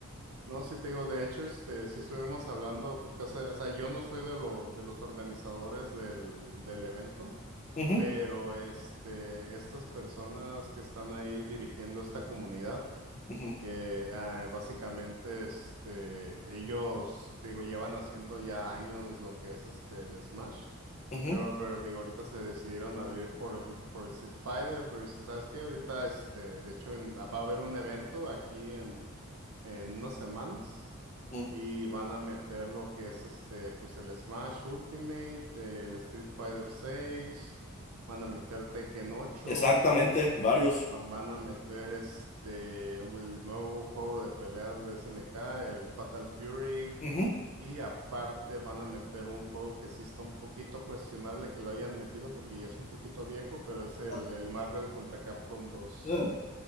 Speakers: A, on the right; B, on the left.
A: No, sí te digo, de hecho, este, sí estuvimos hablando, porque, o sea, o sea, yo no soy de los, de los organizadores del, del evento.
B: Ujú,
A: Pero este, estas personas que están ahí dirigiendo esta comunidad,
B: ujú,
A: que ah, básicamente este, ellos, te digo, llevan haciendo ya años lo que es este, el Smash,
B: ujú,
A: pero, pero te digo, ahorita se decidieron abrir, por ejemplo, por Street Fighter, pero dices, ¿sabes qué? Ahorita, este, de hecho, en- va a haber un evento aquí en, en unas semanas
B: mm.
A: y van a meter lo que es este, pues el Smash Ultimate, el Street Fighter seis, van a meter Tekken ocho,
B: Exactamente, varios.
A: va- van a meter este, el nuevo juego de peleas de SNK, el Fatal Fury,
B: Ujú.
A: y aparte van a meter un juego que sí está un poquito cuestionable que lo hayan metido porque ya es un poquito viejo, pero es el,
B: Ah,
A: el Marvel contra Capcom dos,
B: mm.